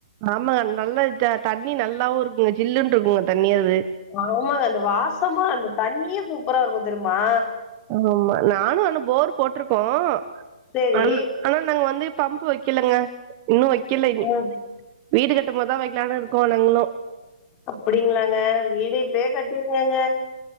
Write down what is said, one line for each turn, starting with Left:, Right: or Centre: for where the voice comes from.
Right: ஆமாங்க நல்ல த தண்ணி நல்லாவுருக்குங்க ஜில்லுன் இருக்குங்க தண்ணி அது
Left: ஆமாங்க அந்த வாசமா அந்த தண்ணியே சூப்பராருக்கும் தெரியுமா
Right: ஆமா நானு அந்த போர் போட்ருக்கோம்
Left: சரி.
Right: ஆனா ஆனா நாங்க வந்து பம்பு வெக்கலங்க இன்னு வைக்கல இனி
Left: ம்.
Right: வீடு கட்டம்போதா வைக்கலான் இருக்கோ நங்களும்
Left: அப்டிங்ளாங்க வீடு இப்பே கட்டிருங்கங்க